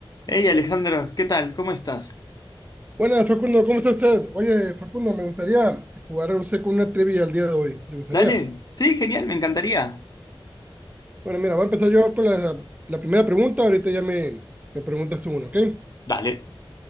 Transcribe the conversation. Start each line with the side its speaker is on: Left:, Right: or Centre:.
Left: Hey Alejandro, ¿qué tal? ¿Cómo estás?
Right: Buenas, Facundo, ¿cómo está usted? Oye, Facundo, me gustaría jugar usted con una trivia el día de hoy. ¿Le gustaría?
Left: Dale, sí, genial, me encantaría.
Right: Bueno, mira, voy a empezar yo con la, la primera pregunta. Ahorita ya me, me preguntas tú uno, ¿ok?
Left: Dale,